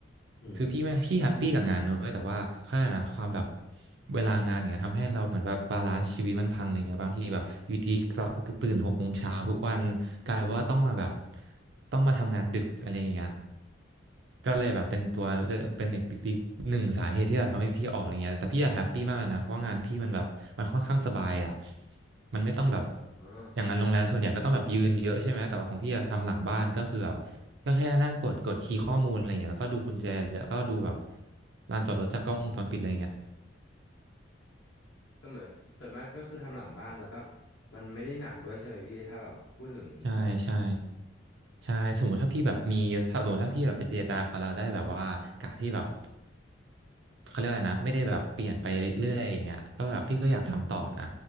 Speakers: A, on the left (about 75°); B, on the right (about 65°).
A: อืม
B: คือพี่ไม่พี่แฮปปี้กับงานนะเลยแต่ว่าเขาเรียกอะไรนะความแบบเวลางานอย่างเงี้ยทำให้เราเหมือนแบบบาลานซ์ชีวิตมันพังอะไรเงี้ยบางทีแบบอยู่ดีก็ตื่นหกโมงเช้าทุกวันกลายว่าต้องมาแบบต้องมาทำงานดึกอะไรอย่างเงี้ย ก็เลยแบบเป็นตัวเลือกเป็นอีกอีกหนึ่งสาเหตุที่แบบทำให้พี่ออกอะไรเงี้ยแต่พี่อะแฮปปี้มากเลยนะเพราะว่างานพี่มันแบบมันค่อนข้างสบายอ่ะมันไม่ต้องแบบ
A: อ่า
B: อย่างงานโรงแรมส่วนใหญ่ก็ต้องแบบยืนเยอะใช่ไหมแต่ว่าของพี่อะทำหลังบ้านก็คือแบบก็แค่นั่งกดกดคีย์ข้อมูลอะไรเงี้ยแล้วก็ดูกุญแจแล้วก็ดูแบบลานจอดรถจากกล้องวงจรปิดอะไรเงี้ย
A: ก็เหมือนส่วนมากก็คือทำหลังบ้านแล้วก็มันไม่ได้หนักด้วยใช่ไหมพี่ถ้าแบบพูดถึงตามหลัก
B: ใช่ใช่ใช่สมมติถ้าพี่แบบมีถ้าสมมติถ้าพี่แบบไปเจรจาเขาแล้วได้แบบว่ากะที่แบบ เขาเรียกว่าอะไรนะไม่ได้แบบเปลี่ยนไปเรื่อยๆอย่างเงี้ยก็แบบพี่ก็อยากทำต่อนะ